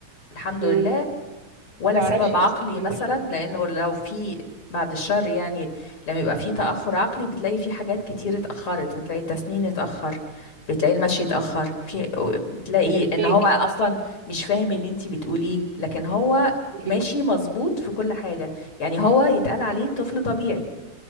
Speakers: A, on the left; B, on the right.
A: الحمد
B: مم.
A: لله ولا
B: تعرفي
A: سبب عقلي
B: اصلا ان
A: مثلا
B: احنا
A: لانه لو في بعد الشر يعني لما يبقى في تأخر عقلي بتلاقي في حاجات كتير اتأخرت بتلاقي التسنين اتأخر بتلاقي المشي اتأخر في بتلاقي
B: فاهماكي
A: ان هو اصلا
B: اه
A: مش فاهم اللي انتي بتقوليه لكن هو ماشي
B: مم.
A: مظبوط في كل حاجة يعني هو يتقال عليه طفل طبيعي